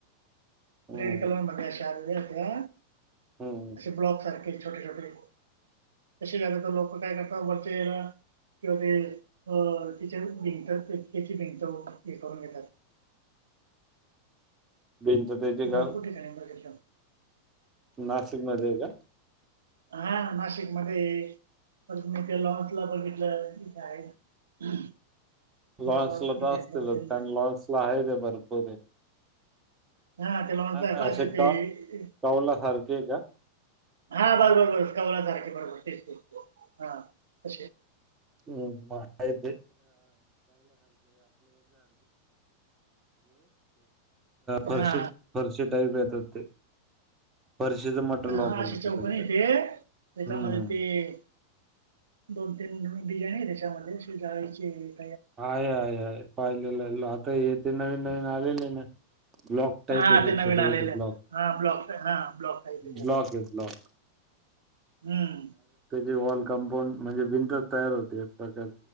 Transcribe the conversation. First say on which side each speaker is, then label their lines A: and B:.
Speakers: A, on the right (about 20°); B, on the right (about 65°).
A: हम्म
B: रेड कलर मध्ये अशे आणले. का
A: हम्म
B: अशे ब्लॉक सारखे छोटे छोटे तसे झाले तर लोक काय करतात वरचे हेला किंवा ते अ किचन भिंत <unintelligible> भिंत हे करून घेतात
A: भिंत तेचे
B: भरपूर
A: काल
B: ठिकाणी बघितलं
A: नाशिक मध्ये का?
B: हां नाशिक मध्ये परत मी ते लॉन्स ला बघितलं <unintelligible>
A: लॉन्स
B: गावात
A: ला
B: तिथे
A: तर असतील
B: दोन तीन जण
A: कारण लॉन्स ला आहे ते भरपूर
B: हा त्याला म्हणतय
A: अ-
B: पा
A: असे
B: ते
A: का कावला सारखे आहे का?
B: हा बरो बर बर कवला तारख बरोबर तेच तेच ते हा क
A: <unintelligible> असे फरशी
B: हा
A: फरशी टाईल गत ये ते फरशीचं मटेरियल
B: हा
A: वापरलं
B: अशी
A: होत
B: चौकन
A: त्याला
B: येते
A: ते
B: त्याच्यामध्ये
A: हम्म
B: ते दोन तीन डिझाईन आहेेत च्या ज आहेचे <unintelligible>
A: हा आहेय आहे पाहिलेला ये ते नवीन नवीन आलेले आहे ना ब्लॉक टाईप
B: हा
A: आहे ते
B: नवीन
A: छोटे
B: आलेले
A: छोटे
B: आहेत
A: ब्लॉक
B: हा ब्लॉक हा ब्लॉक टाईप त्या.
A: ब्लॉक आहे ब्लॉक <inaudible>
B: हम्म
A: ज वॉल कंपाऊंड म्हणजे भिंतच तयार होते प्रत